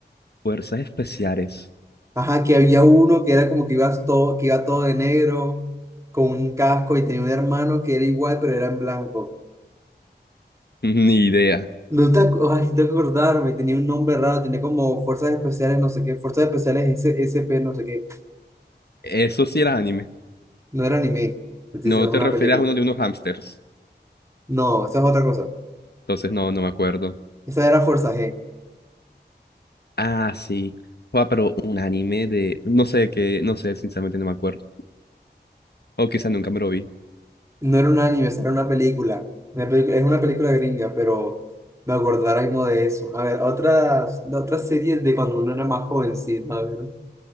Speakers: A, on the left; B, on the right.
A: Fuerzas especiales.
B: Ajá, que había uno que era como que iba todo, que iba todo de negro, con un casco, y tenía un hermano que era igual, pero era en blanco.
A: <laughs> Ni idea.
B: No te, acu- ay, no tengo que acordarme, tenía un nombre raro, tenía como fuerzas especiales, no sé qué, fuerzas especiales S- SP, no sé qué.
A: Eso sí era anime.
B: No era anime, te estoy
A: No
B: diciendo,
A: te
B: es una
A: refieres
B: película.
A: a uno de unos hamsters.
B: No, esa es otra cosa.
A: Entonces no, no me acuerdo.
B: Esa era Fuerza G.
A: Ah, sí. Joa, pero un anime de... No sé qué, no sé, sinceramente no me acuerdo. O quizás nunca me lo vi.
B: No era un anime, esa era una película. Una pelicu- es una película gringa, pero me acuerdo ahora mismo de eso. A ver, otras, de otras series de cuando uno era más jovencito, a ver.